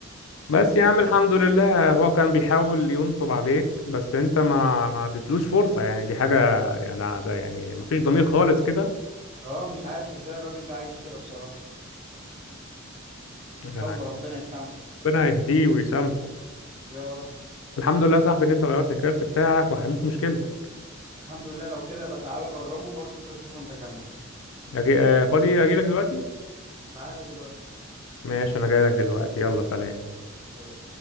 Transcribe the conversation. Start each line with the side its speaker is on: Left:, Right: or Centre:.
Left: بس
Right: كان
Left: يا عم
Right: يوم
Left: الحمد لله هو كان بيحاول ينصب عليك بس أنت ما
Right: مم.
Left: ما اديتلوش فرصة يعني دي حاجة يعني ده ده يعني مفيش ضمير خالص كده
Right: اه مش عارف ازاي الراجل ده عايش كده بصراحه
Left: يعني
Right: يلا ربنا يسامحه
Left: ربنا يهديه ويسامحه
Right: يا رب
Left: الحمد لله يا صاحبي إن أنت غيرت الكارت بتاعك وحليت مشكلتك
Right: الحمد لله لو كده بقى تعالى جربه برضو تشوفه انت كمان
Left: أجي... آه، فاضي أجيلك دلوقتي
Right: تعالى دلوقتي
Left: ماشي انا جاي لك دلوقتي يلا سلام
Right: سلام